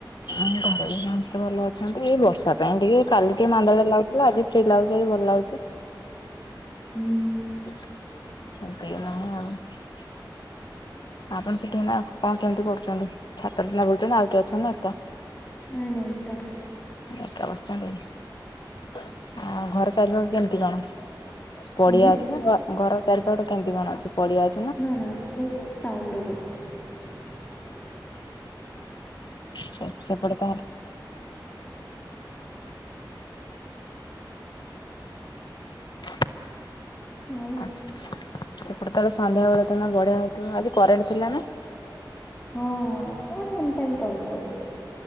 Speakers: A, on the left; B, on the left.
A: ଘରେ ବି ସମସ୍ତେ ଭଲ ଅଛନ୍ତି ଏଇ ବର୍ଷା ପାଇଁ ଟିକେ କାଲି ଟିକେ ମାନ୍ଦାଲିଆ ଲାଗୁଥିଲା ଆଜି ଫି ଲାଗୁଛି ଆଜି ଭଲ୍ ଲାଗୁଛି।
B: ହୁଁ।
A: <unintelligible> ଆପଣ ସେଠି ଏଇନା କଣ କେମିତି କରୁଛନ୍ତି ଛାତ ରେ ସିନା ରହୁଛନ୍ତି ଆଉ କିଏ ଅଛନ୍ତି ନା ଏକା?
B: ନାଇ ନାଇ ଏକା।
A: ଏକା ବସିଛନ୍ତି ଆଉ ଘର ଚାରିପାଖ କେମିତି କଣ? ପଡିଆ
B: ଆଜ୍ଞା
A: ଅଛି ନା ଘ ଘର ଚାରିପଖଟେ କେମିତି କଣ ଅଛି ପଡିଆ ଅ
B: ନା ନା ମୁଁ ଟାଉନରେ ରହୁଛି।
A: ସ ସେପଟେ ତାହଲେ <unintelligible>
B: ଆଉ
A: ଆସ୍ ପିଛାକୁ ଆସେ। ସେପଟେ ତା ହେଲେ ସନ୍ଧ୍ୟାବେଳେ ତ ନା ବଢିଆ ହଉଥିବ ଆଜି କରେଣ୍ଟ୍ ଥିଲା ନା?
B: ହଁ କଣ ଏମିତି କରେଣ୍ଟ୍ ରହୁଛି?